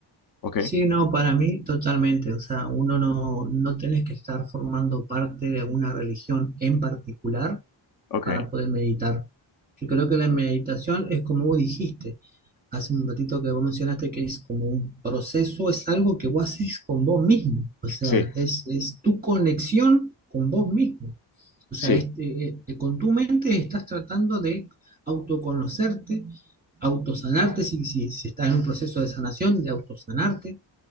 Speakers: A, on the left (about 50°); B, on the right (about 20°).
A: Ok,
B: sí, no, para mí totalmente. O sea, uno no, no tenés que estar formando parte de alguna religión en particular
A: ok,
B: para poder meditar. Yo creo que la meditación es como vos dijiste hace un ratito que vos mencionaste, que es como un proceso, es algo que vos haces con vos mismo, o sea,
A: sí,
B: es, es tu conexión con vos mismo. O
A: sí.
B: sea, este, eh, eh, eh, con tu mente estás tratando de autoconocerte, autosanarte, si, si, si estás en un proceso de sanación, de autosanarte